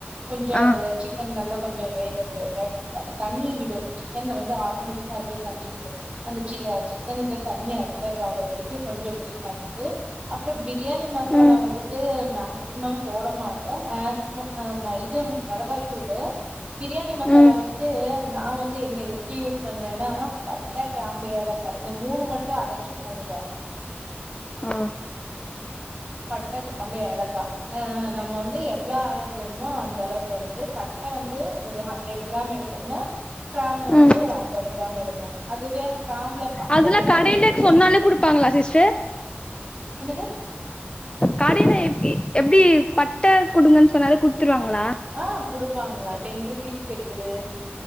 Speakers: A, on the right; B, on the left.
A: கொஞ்சோ
B: ஆ
A: அது சிக்கன் நல்லா கொஞ்சோ வேக வேக அந் தண்ணி விடு சிக்கன்ல வந்து ஆட்டோமெட்டிக்கா அதுவே தண்ணி விடு அந்த சீல சிக்கன்லர்ந்து தண் ணி அப்சர்வ் ஆகற வரிக்கு கொஞ்சோ வெயிட் பண்ணிட்டு அப்றோ பிரியாணி மசாலா
B: ம்
A: வந்துட்டு மேக் சிமம் போட மாட்டோ மேக்ஸ்மோ ஆமா இது மிளகாத் தூளு பிரியாணி மசாலா
B: ம்
A: வந்து நா வந்து என்ன எப்டி யூஸ் பண்ணுவேனா பட்ட கிராம்பு, ஏலக்கா இந்த மூணு மட்டு அரச்சு போடுவே
B: ம்
A: பட்ட, கிராம்பு, ஏலக்கா ஆ ஆ நம்ம வந்து எவ்ளோ அளவு வேணுமோ அந்தளவுக் வந்து ப ட்ட வந்து ஒரு ஹண்ட்ரெடு கிராம் எடுத்தம்னா கிராம்பு
B: ம்
A: வந்து ஒரு அம்பது கிராம் எடுக்கோணு அதுவே கிராம்புல பகுதி
B: அதெல்லா
A: தா ஏலக்கா
B: கடையில
A: எடுக்கோ
B: சொன்னாலே குடுப்பாங்களா சிஸ்டர்
A: என்னது
B: கடைல எப் இ எப்டி பட்ட குடுங்கன் சொன்னாலே குடுத்துருவாங்ளா
A: ஆ குடுப்பாங்க டென் ருபீஸ்க்கிருக்குது